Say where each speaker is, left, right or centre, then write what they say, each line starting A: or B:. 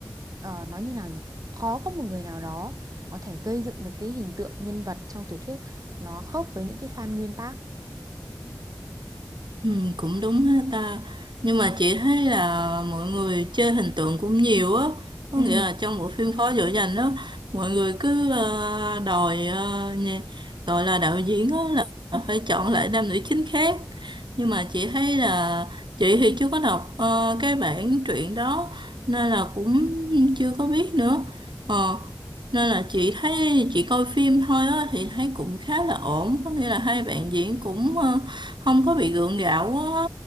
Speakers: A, on the right; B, on the right.
A: ờ, nói như nào nhỉ khó có một người nào đó có thể gây dựng được cái hình tượng nhân vật trong tiểu thuyết nó khớp với những cái fan nguyên tác
B: Ừ, cũng đúng ha ta nhưng mà chị thấy là mọi người chơi hình tượng cũng nhiều á có
A: Ừ.
B: nghĩa là trong bộ phim Phó Dữ Dành đó mọi người cứ ờ, đòi ờ, nhà, gọi là đạo diễn á là phải chọn lại nam nữ chính khác nhưng mà chị thấy là chị thì chưa có đọc ờ, cái bản truyện đó nên là cũng chưa có biết nữa Ờ, nên là chị thấy chị coi phim thôi á thì thấy cũng khá là ổn có nghĩa là hai bạn diễn cũng ờ, không có bị gượng gạo quá á.